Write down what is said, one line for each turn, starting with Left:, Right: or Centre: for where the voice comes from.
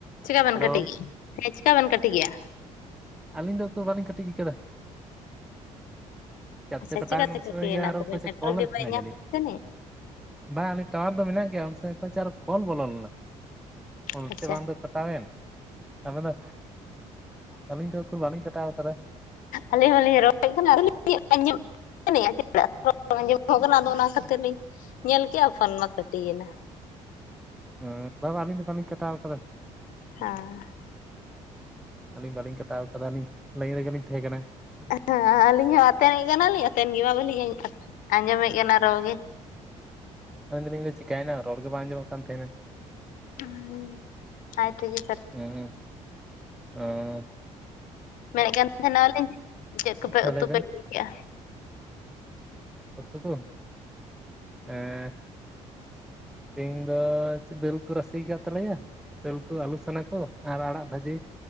Left: ᱪᱮᱠᱟ ᱵᱮᱱ
Centre: ᱦᱮᱞᱳ
Left: ᱠᱟᱹᱴᱤᱡᱭᱟ ᱦᱮᱸ ᱪᱤᱠᱠᱟ ᱵᱮᱱ ᱠᱟᱹᱴᱤᱡᱭᱟ
Centre: ᱟᱹᱞᱤᱧ ᱫᱚᱛᱚ ᱵᱟᱞᱤᱧ ᱠᱟᱴᱤᱡ ᱟᱠᱟᱫᱟ ᱪᱮᱠᱟ
Left: ᱟᱪᱪᱷᱟ
Centre: ᱛᱮᱪᱚ ᱠᱚᱴᱟᱭᱮᱱ
Left: ᱪᱤᱠᱟᱹᱛᱮ
Centre: ᱩᱱ
Left: ᱠᱟᱹᱴᱤᱭᱮᱱᱟ
Centre: ᱥᱚᱢᱚᱭ ᱜᱮ ᱟᱨ
Left: ᱛᱚᱵᱮ
Centre: ᱦᱚᱸ ᱚᱠᱚᱭᱪᱚ
Left: ᱱᱮᱴᱣᱟᱨᱠ
Centre: ᱠᱚᱞ
Left: ᱜᱮ
Centre: ᱮᱫ
Left: ᱵᱟᱭ
Centre: ᱛᱟᱦᱮᱱᱟ
Left: ᱧᱟᱢᱮᱫ
Centre: ᱡᱟᱱᱤᱡ
Left: ᱛᱟᱹᱱᱤᱡ?
Centre: ᱵᱟᱝ ᱟᱞᱤᱧ ᱴᱟᱣᱟᱨ ᱫᱚ ᱢᱮᱱᱟᱜ ᱜᱮᱭᱟ ᱩᱱ ᱥᱜ ᱠᱷᱚᱱ ᱪᱚ ᱟᱨ ᱠᱳᱞ ᱵᱚᱞᱚ ᱞᱮᱱᱟ <unintelligible>
Left: ᱟᱪᱪᱷᱟ
Centre: ᱵᱟᱝ ᱫᱚ ᱠᱟᱴᱟᱣᱮᱱ ᱟᱵᱮᱱ ᱫᱚ ᱟᱹᱞᱤᱧ ᱫᱚ ᱩᱠᱩᱨ ᱵᱟᱹᱞᱤᱧ ᱠᱟᱴᱟᱣ ᱟᱠᱟᱫᱟ᱾
Left: ᱟᱹᱞᱤᱧ ᱦᱚᱸᱞᱤᱧ ᱨᱚᱦᱚᱲᱮᱫ ᱠᱟᱱᱟ ᱟᱨᱧᱸ ᱢᱮᱱ ᱪᱮᱫ ᱟᱸᱡᱚᱢᱚᱜ ᱠᱟᱱᱟ ᱟᱫᱚ ᱚᱱᱟ ᱠᱷᱟᱹᱛᱤᱨ ᱞᱤᱧ ᱧᱮᱞ ᱠᱮᱫᱼᱟ ᱯᱷᱳᱱ ᱢᱟ ᱠᱟᱹᱴᱤᱭᱮᱱᱟ᱾
Centre: ᱦᱚ ᱵᱟ ᱵᱟ ᱟᱹᱞᱤᱧ ᱫᱚ ᱵᱟᱹᱞᱤᱧ ᱠᱟᱴᱟᱣ ᱟᱠᱟᱫᱟ
Left: ᱦᱮᱸ
Centre: ᱟᱹᱞᱤᱧ ᱵᱟᱹᱞᱤᱧ ᱠᱟᱴᱟᱣ ᱟᱠᱟᱫᱟᱞᱤᱧ ᱞᱟᱹᱭᱤᱱ ᱨᱮᱜᱮᱞᱤᱧ ᱛᱟᱦᱮᱸ ᱠᱟᱱᱟ
Left: ᱦᱮᱸ ᱟᱹᱞᱤᱧ ᱦᱚᱸ ᱟᱛᱮᱱᱮᱫ ᱠᱟᱱᱟᱞᱤᱧ ᱟᱛᱮᱱ ᱜᱮᱢᱟ ᱵᱟᱹᱞᱤᱧ ᱟᱸᱡᱚᱢᱮᱫ ᱠᱟᱱᱟ ᱨᱚ ᱜᱮ
Centre: ᱢᱮᱱᱫᱟᱞᱤᱧ ᱫᱚ ᱪᱤᱠᱟᱹᱭᱱᱟ ᱨᱚᱲᱜ ᱜᱮ ᱵᱟᱝ ᱟᱡᱚᱢᱚᱜ ᱠᱟᱱ ᱛᱟᱦᱮᱱᱟ
Left: ᱦᱩᱸ ᱟᱭ ᱛᱮ ᱜᱮ
Centre: ᱦᱮᱸ ᱩᱸ
Left: ᱢᱮᱱᱮᱫ ᱛᱟᱦᱮᱱᱟᱟᱞᱮᱧ ᱪᱮᱫ ᱠᱚᱯᱮ
Centre: ᱦᱮᱸ
Left: ᱩᱛᱩ
Centre: ᱞᱟᱹᱭ ᱵᱮᱱ
Left: ᱯᱮ ᱮᱫᱼᱟ
Centre: ᱚᱛᱩ ᱠᱚ ᱦᱮᱸ ᱛᱮᱦᱮᱧ ᱫᱚ ᱪᱮᱫ ᱫᱮᱞ ᱠᱚ ᱨᱟᱥᱮ ᱟᱠᱟᱫ ᱛᱟᱞᱮᱭᱟ ᱫᱟᱹᱞ ᱠᱩ ᱟᱹᱞᱩ ᱥᱟᱱᱟ ᱠᱚ ᱟᱨ ᱟᱲᱟᱜ ᱵᱷᱟᱹᱡᱤ